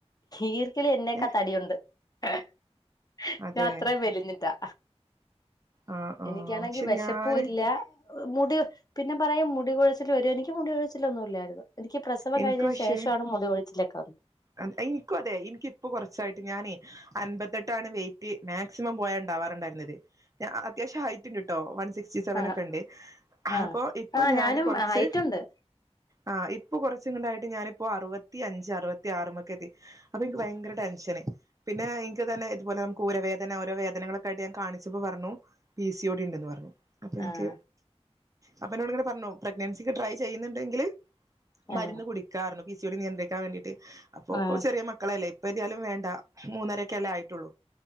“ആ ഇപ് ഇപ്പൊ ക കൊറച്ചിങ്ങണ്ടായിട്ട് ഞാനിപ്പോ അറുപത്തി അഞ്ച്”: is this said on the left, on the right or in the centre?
Right